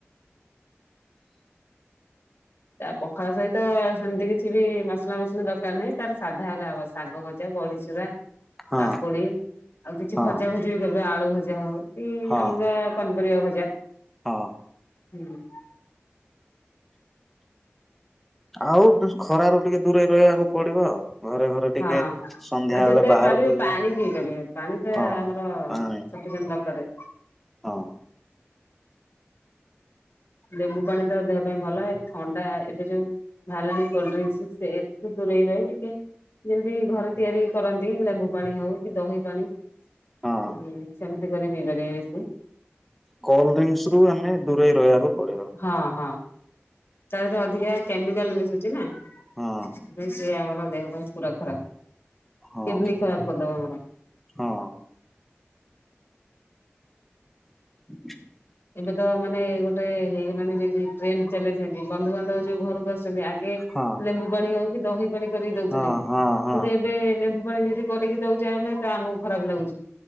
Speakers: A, on the left; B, in the centre.
A: ତା ପଖାଳ ସହିତ ସେମିତି କିଛି ବି ମସଲା ମସଲି ଦରକାର ନାହିଁ। ତାର ସାଧା ହେଲେ ହବ। ଶାଗ ଭ ଜା, ବଢିଚୁରା
B: ହଁ
A: କାକୁଡି ଆଉ କିଛି
B: ହଁ
A: ଭଜା ଭଜି ବି କରିବେ। ଆଳୁ ଭଜା ହଉ କି
B: ହଁ
A: ଅଲଗା ପନିପରିବା ଭଜା।
B: ହଁ।
A: ହୁଁ।
B: ଆଉ ଖରାରୁ ଟିକେ ଦୂରେଇ ରହିବାକୁ ପଡିବ ଆଉ। ଘରେ ଘରେ ଟିକେ
A: ହଁ
B: ସନ୍ଧ୍ୟା
A: ଆଉ
B: ବେଳେ
A: ଯେତେ
B: ବାହାରକୁ
A: ପାରିବେ
B: ଯିବ
A: ପାଣି ପିଇ ପାରିବେ। ପାଣି ଟା
B: ହଁ
A: ଆମର
B: ପାଣି
A: ସଫିସେଣ୍ଟ ଦରକାରେ।
B: ହଁ।
A: ଲେମ୍ବୁ ପାଣି ତ ଦେହ ପାଇଁ ଭଲ। ଏ ଥଣ୍ଡା ଏବେ ଯୋଉ ଭାଲାଣି କୋଲଡ୍ରିଙ୍କସି ସେ ଏଠୁ ଦୂରେଇ ରହି ଟିକେ ଯେମତି ଘରେ ତିଆରି କରନ୍ତି ଲେମ୍ବୁ ପାଣି ହଉ କି ଦହି ପାଣି। ଉଁ,
B: ହଁ
A: ସେମତି କରି ପିଇ ପାରିବେ ବେଶି।
B: କୋଲଡ୍ରିଙ୍କସ୍ ରୁ ଆମେ ଦୂରେଇ ରହିବାକୁ ପଡିବ।
A: ହଁ, ହଁ ତାରରେ ଅଧିକା କେମିକାଲ୍ ମିଶୁଛି ନା।
B: ହଁ।
A: ବି ସେ ଆମର ଦେହ ପାଇଁ ପୁରା ଖରାପ।
B: ହଁ
A: କିଡନୀ ଖରାପ କରିଦବ ଆମର।
B: ହଁ <inaudible>
A: ଏବେ ତ ମାନେ ଗୋଟେ ହେଇଗଲାଣି ଯେମତି ଟ୍ରେଣ୍ଡ ଚାଲେ ସେମିତି ବନ୍ଧୁବାନ୍ଧବ ଯୋଉ ଘରକୁ ଆସ ଛନ୍ତି, ଆଗେ
B: ହଁ।
A: ଲେମ୍ବୁ ପାଣି ହଉ କି ଦହି ପାଣି କରିକି ଦଉଥିଲେ।
B: ହଁ
A: କିନ୍ତୁ
B: ହଁ ହଁ
A: ଏବେ ଲେମ୍ବୁ ପାଣି ଯଦି କରିକି ଦଉଛେ ଆମେ ତ ଆମକୁ ଖରାପ ଲାଗୁଛି।